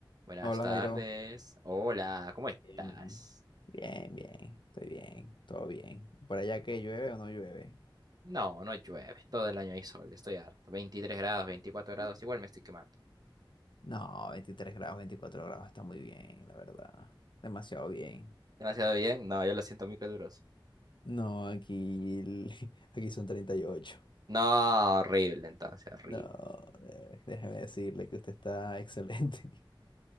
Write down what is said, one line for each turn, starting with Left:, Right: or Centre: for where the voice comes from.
Right: Buenas
Left: Hola
Right: tardes.
Left: Jairo,
Right: Hola, ¿cómo estás?
Left: Bien, bien, bien, bien, estoy bien, todo bien. ¿Y ¿Por allá que llueve o no llueve?
Right: No, no llueve. Todo el año hay sol. Estoy harto. veintitrés grados, 24 grados. Igual me estoy quemando.
Left: No, 23 grados, 24 grados, está muy bien, la verdad. Demasiado bien.
Right: Demasiado bien. No, yo lo siento muy caluroso.
Left: No, aquí, el- <laughs> aquí son 38.
Right: No, horrible, entonces, horrible.
Left: No, eh, déjeme decirle que usted está excelente. <laughs>